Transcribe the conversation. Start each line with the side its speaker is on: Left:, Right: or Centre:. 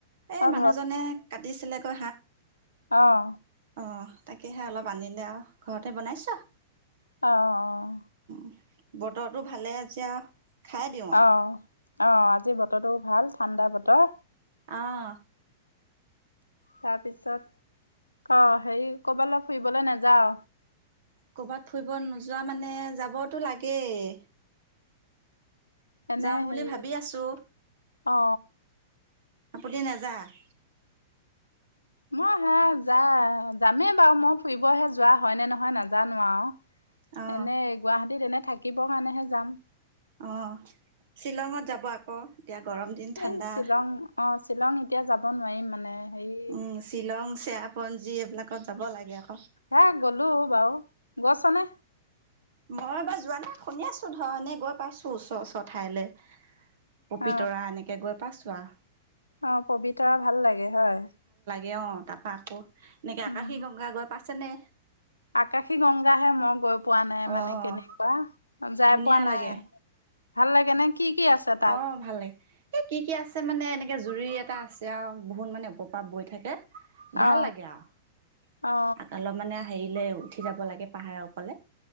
Right: এ
Left: অ'
Right: মানুহজনে কাটিছিলে। <inaudible>
Left: আহ।
Right: অ তাকেহে অলপ আনিলে আৰু ঘৰতে বনাইছোঁ আৰু।
Left: অঁ অঁ।
Right: <inaudible> বতৰতো ভালে আজি আৰু খাই দিওঁ
Left: অ
Right: আহ।
Left: অ আজি বতৰটো ভাল ঠাণ্ডা বতৰ।
Right: আহ।
Left: তাৰপিছত অ হেৰি ক'ৰবালে অ হেৰি ফুৰিবলে নেযাও?
Right: কৰ'বাত ফুৰিব নোযোৱা মানে যাবতো লাগেই।
Left: এনে
Right: যাম বুলি
Left: হেৰি
Right: ভাবি আছো।
Left: অ
Right: আপুনি নাযাই?
Left: মই হা যা যামেই বাৰু মই ফুৰিবহে যোৱা হয় নে নহয় নাজানো আও।
Right: অ',
Left: এনেই গুৱাহাটী তেনে থাকিবৰ কাৰণেহে যাম।
Right: অৱ শ্বিলঙত যাব আক। এতিয়া গৰম দিন ঠাণ্ডা।
Left: এই শ্বিলং অ শ্বিলং এতিয়া যাব নোৱাৰিম মানে। হেৰি
Right: উম শ্বিলং চেৰা পঞ্জী এইবিলাকত যাব লাগে আও।
Left: হে গলো বাও, গৈছনে?
Right: মইবাৰ যোৱা নাই শুনি আছো ধৰ এনে গৈ পাইছো ওচৰ ওচৰ ঠাইলে। পবিতৰা
Left: অ
Right: এনেকে গৈ পাইছো। <unintelligible>
Left: অ পবিতৰা ভাল লাগে। হয়?
Right: এও তাৰপৰা আকৌ এনেকে আকাশী
Left: উম
Right: গংগা গৈ পাই <unintelligible> যেনে
Left: আকাশী গংগাহে মই গৈ পোৱা নাই
Right: অঁ
Left: মানে কেনেকুৱা যাই
Right: ধুনীয়া
Left: পোৱা নাই,
Right: লাগে
Left: ভাল লাগে নে কি কি আছে তাত?
Right: অঁ ভাল লাগে এই কি কি আছে মানে এনেকে জুৰি এটা আছে আৰু বহুত মানে ওপৰৰ পৰা বৈ থাকে। ভাল
Left: অ
Right: লাগে আৰু
Left: অ
Right: অলপ মানে হেৰিলে উঠি যাব লাগে, পাহাৰৰ ওপৰলে।